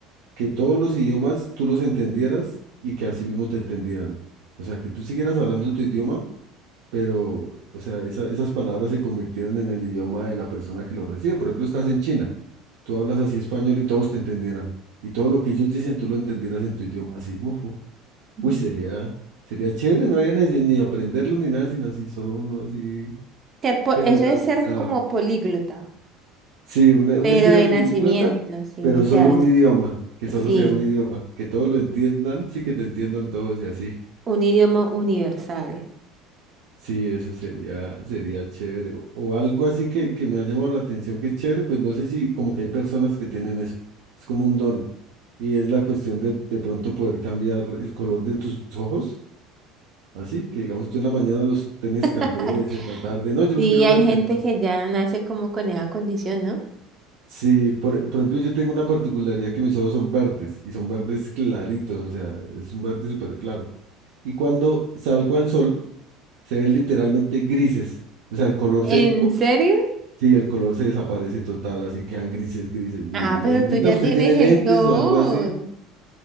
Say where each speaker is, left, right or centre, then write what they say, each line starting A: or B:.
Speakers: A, on the right; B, on the right.
A: que todos los idiomas tú los entendieras y que así mismo te entendieran. O sea, que tú siguieras hablando tu idioma, pero, o sea, esa- esas palabras se convirtieran en el idioma de la persona que lo recibe. Por ejemplo, estás en China, tú hablas así español y todos te entendieran. Y todo lo que ellos dicen, tú lo entendieras en tu idioma, así, uf,
B: Ujú.
A: Uy, sería, sería chévere, no había ni, ni aprenderlo ni nada, sino así, solo uno así
B: <clears throat> Ser po-
A: generalizado.
B: eso es ser como políglota,
A: Sí, un, un
B: pero
A: estilo
B: de
A: de políglota,
B: nacimiento, sí,
A: pero
B: o sea,
A: solo
B: es-
A: un idioma, que solo
B: sí,
A: sea un idioma, que todos lo entiendan, sí, que te entiendan todos y así.
B: un idioma universal.
A: Sí, eso sería, sería chévere. O, o algo así que, que me ha llamado la atención que es chévere, pues no sé si como que hay personas que tienen eso, es como un don. Y es la cuestión de de pronto poder cambiar el color de tus ojos Así que digamos, tú en la mañana los tenés cafés,
B: <laughs>
A: en la tarde, no, yo
B: Sí,
A: los quiero verdes.
B: hay gente
A: las-
B: que ya nace como con esa condición, ¿no?
A: Sí, por, por ejemplo, yo tengo una particularidad que mis ojos son verdes y son verdes claritos, o sea, es un verde súper claro. Y cuando salgo al sol, se ven literalmente grises, o sea, el color
B: ¿En
A: se, ¡pum!
B: serio?
A: sí, el color se desaparece total, así quedan grises, grises, grises.
B: Ah,
A: Y me
B: pero
A: dicen,
B: tú
A: venga,
B: ya
A: ¿usted
B: tienes
A: tiene lentes
B: el don.
A: o algo así?